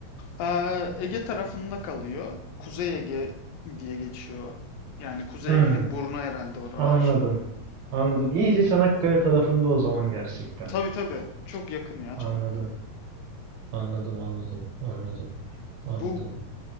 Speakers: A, on the left; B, on the right.
A: Ee, Ege tarafında kalıyor. Kuzey Ege diye geçiyor. Yani Kuzey
B: Hmm,
A: Ege'nin burnu herhalde oralar.
B: anladım. Anladım. İyice Çanakkale tarafında o zaman gerçekten.
A: Tabii tabii. Çok yakın ya
B: Anladım.
A: Çanakkale'ye.
B: Anladım, anladım, anladım, anladım.
A: Bu